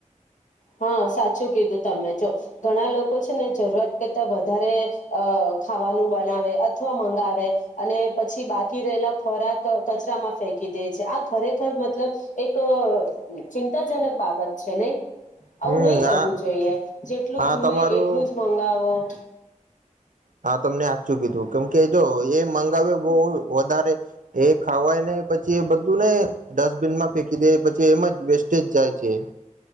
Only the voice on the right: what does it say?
હમ
આ
આ
તમારું
હા તમને સાચું કીધું કેમ કે જો એ મંગાવે બહુ વધારે એ ખાવાય ને પછી એ બધું ને ડસ્ટબિનમાં ફેંકી દે પછી એમ જ વેસ્ટેજ જાય છે.